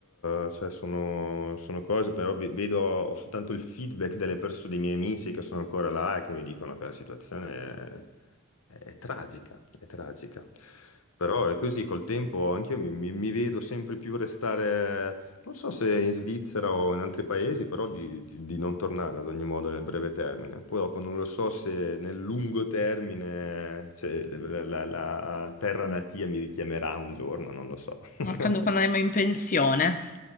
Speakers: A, on the left; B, on the left.
A: eh, cioè, sono, sono cose, però ve- vedo, ho soltanto il feedback delle persone, dei miei amici che sono ancora là e che mi dicono che la situazione è, è tragica, è tragica. Però è così, col tempo anche io mi, mi- mi vedo sempre più restare non so se in Svizzera o in altri paesi, però di, di- di non tornare ad ogni modo nel breve termine. Poi dopo non lo so se nel lungo termine, se la, la- la terra natia mi richiamerà un giorno, non lo so.
B: Mancando
A: <laughs>
B: quando andiamo in pensione.